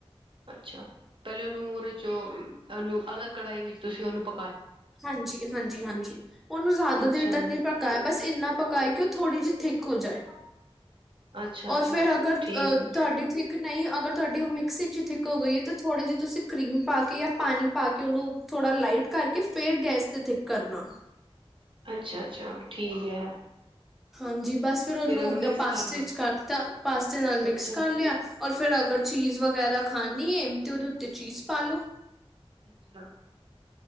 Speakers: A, on the right (about 55°); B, in the centre.
A: ਅੱਛਾ ਪਹਿਲੇ ਉਹਨੂੰ ਉਹਦੇ ਚ ਉਹ ਉਹਨੂੰ ਅਲੱਗ ਕੜਾਈ ਵਿੱਚ ਤੁਸੀਂ ਉਹਨੂੰ ਪ
B: ਹਾਂਜੀ, ਹਾਂਜੀ, ਹਾਂਜੀ ਉਹਨੂੰ ਜ਼ਿਆਦਾ
A: ਅੱਛਾ
B: ਦੇਰ ਤੱਕ ਨਹੀਂ ਪਕਾਇਆ ਬਸ ਇੰਨਾ ਪਕਾਇਆ ਕਿ ਉਹ ਥੋੜ੍ਹੀ ਜਿਹੀ ਠੀਕ ਹੋ ਜਾਏ।
A: ਅੱਛਾ-ਅੱਛਾ
B: ਔਰ ਫੇਰ ਅਗਰ
A: ਠੀਕ
B: ਅਹ
A: ਹੈ
B: ਤੁਹਾਡੀੇ ਥੀਕ ਨਹੀਂ ਅਗਰ ਤੁਹਾਡੀ ਉਹ ਮਿਕਸੀ 'ਚ ਹੀ ਥਿੱਕ ਹੋ ਗਈ ਹੈ, ਤੇ ਥੋੜ੍ਹੇ ਜਿਹੇ ਤੁਸੀਂ ਕਰੀਮ ਪਾ ਕੇ ਜਾਂ ਪਾਣੀ ਪਾ ਕੇ ਉਹਨੂੰ ਥੋੜ੍ਹਾ ਲਾਈਟ ਕਰਕੇ ਫਿਰ ਗੈਸ 'ਤੇ ਥਿੱਕ ਕਰਨਾ।
A: ਅੱਛਾ, ਅੱਛਾ ਠੀਕ ਹੈ।
B: ਹਾਂਜੀ। ਬਸ ਫੇਰ ਉਹਨੂੰ
A: ਫਿਰ ਮਿਕਸ
B: ਪਾਸਤੇ
A: ਕਰ ਲੋ
B: ਚ ਕਾਰ ਤਾ ਪਾਸਤੇ ਨਾਲ ਮਿਕਸ
A: ਅੱਛਾ-ਅੱਛਾ
B: ਕਰ ਲਿਆ ਔਰ ਫੇਰ ਅਗਰ ਚੀਜ਼ ਵਗੈਰਾ ਖਾਣੀ ਏ ਤੇ ਉਹਦੇ ਉੱਤੇ ਚੀਜ਼ ਪਾਲੋੋ।
A: ਅੱਛਾ।